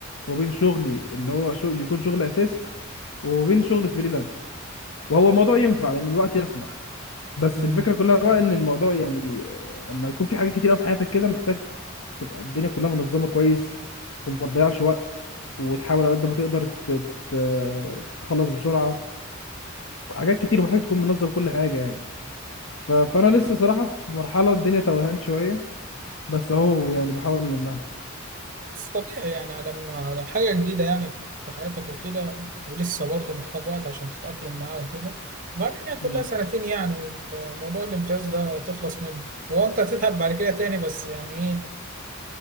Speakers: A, on the left; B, on the right.
A: وبين شغلي اللي هو شغل يكون شغل اساسي وبين شغل فريلانس وهو الموضوع ينفع لان الوقت يسمح بس
B: مم.
A: الفكره كلها بقى ان الموضوع يعني آه، اما يكون في حاجات كتير أوي في حياتك كده محتاج تبقى الدنيا كلها منظمة كويس وما تضيعش وقت وتحاول على قد ما تقدر ت- ت- تخلص بسرعة حاجات كتير ومحتاج تكون منظم كل حاجة يعني ف... فأنا لسه صراحة في مرحلة الدنيا توهان شوية بس أهو يعني بحاول ألمها
B: بس طبيعي يعني على ما على حاجة جديدة يعني في حياتك وكده ولسه برضه محتاج وقت عشان تتأقلم معاه وكده وبعدين هي كلها
A: مم.
B: سنتين يعني والموضوع الامتياز ده تخلص منه هو أنت هتتعب بعد كده تاني بس يعني إيه